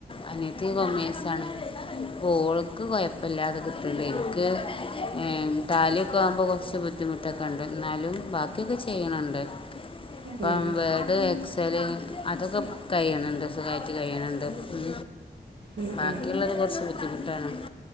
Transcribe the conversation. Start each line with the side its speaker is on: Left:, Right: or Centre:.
Left: അനിയത്തി കോമേഴ്‌സ് ആണ് ഓൾക്ക് കൊഴപ്പില്ലാതെ കിട്ട്ണ്ട് എനിക്ക് ഏമ് കാലിയൊക്കെ ആകുമ്പോ കൊറ്ച്ച് ബുദ്ധിമുട്ടൊക്കെണ്ട്. ന്നാലും ബാക്കിയൊക്കെ ചെ. ചെയ്യണണ്ട്
Right: ഉം
Left: ഇപ്പം വേ. ത് എക്സല് അതൊക്കെ കയ്യ്ണ് ണ്ട് സുഖായിട്ട് കയ്യ്ണ് ണ്ട് ഉം
Right: ഉം
Left: ബാക്കിള്ളത്
Right: ഉം
Left: കൊറ്ച്ച് ബുദ്ധിമുട്ടാണ്.